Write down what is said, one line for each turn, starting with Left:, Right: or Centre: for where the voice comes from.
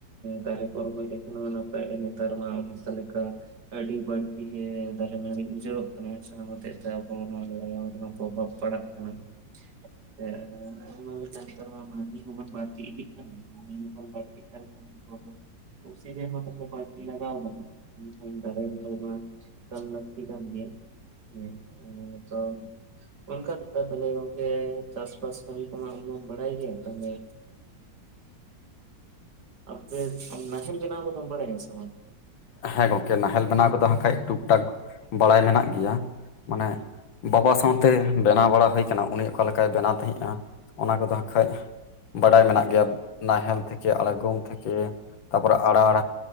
Right: ᱫᱟᱨᱮ ᱠᱚ ᱨᱚᱦᱚᱭ ᱞᱮᱠᱷᱟᱱ ᱢᱟ ᱱᱟᱯᱟᱭᱚᱜᱼᱟ᱾ <unintelligible> ᱟᱹᱰᱤ ᱵᱟᱹᱲᱛᱤ ᱜᱮ ᱫᱟᱨᱮ ᱱᱟᱹᱲᱤ ᱩᱡᱷᱟᱹᱚᱜ ᱠᱟᱱᱟ᱾ ᱡᱟᱦᱟᱸ ᱦᱚᱛᱮᱡ ᱛᱮ ᱟᱵᱚ ᱱᱚᱣᱟ ᱨᱮᱱᱟᱜ ᱯᱨᱚᱵᱷᱟ ᱯᱟᱲᱟᱜ ᱠᱟᱱᱟ᱾
Left: <inaudible>
Right: <unintelligible> <unintelligible> <unintelligible> ᱛᱚ <unintelligible> ᱚᱱᱠᱟ ᱞᱮᱠᱟ ᱛᱟᱦᱞᱮ ᱜᱚᱝᱠᱮ ᱪᱟᱥ ᱵᱟᱥ ᱠᱟᱹᱢᱤ ᱠᱚᱢᱟ, ᱟᱢᱦᱚᱢ ᱵᱟᱲᱟᱭ ᱜᱮᱭᱟ ᱛᱟᱦᱞᱮ ᱟᱜᱸ ᱟᱯᱮ ᱱᱟᱦᱮᱞ ᱵᱮᱱᱟᱣ ᱠᱚᱫᱚᱢ ᱵᱟᱲᱟᱭ ᱥᱮ ᱵᱟᱝ?
Left: ᱦᱮᱸ ᱜᱚᱝᱠᱮ ᱱᱟᱦᱮᱞ ᱵᱮᱱᱟᱣ ᱠᱚᱫᱚ ᱦᱟᱸᱠᱷᱟᱡ, ᱴᱩᱠ ᱴᱟᱠ ᱵᱟᱲᱟᱭ ᱢᱮᱱᱟᱜ ᱜᱮᱭᱟ ᱢᱟᱱᱮ ᱵᱟᱵᱟ ᱥᱟᱶᱛᱮ ᱵᱮᱱᱟᱣ ᱵᱟᱲᱟ ᱦᱩᱭ ᱠᱟᱱᱟ, ᱩᱱᱤ ᱚᱠᱟ ᱞᱮᱠᱟᱭ ᱵᱮᱱᱟᱣ ᱛᱟᱦᱤᱜᱼᱟ ᱚᱱᱟ ᱠᱚᱫᱚ ᱦᱟᱸᱜ ᱠᱷᱟᱡ ᱵᱟᱰᱟᱭ ᱢᱮᱱᱟᱜ ᱜᱮᱭᱟ, ᱱᱟᱦᱮᱞ, ᱛᱷᱮᱠᱮ, ᱟᱲᱜᱚᱢ ᱛᱷᱮᱠᱮ, ᱛᱟᱨᱯᱚᱨᱮ ᱟᱲᱟᱲ᱾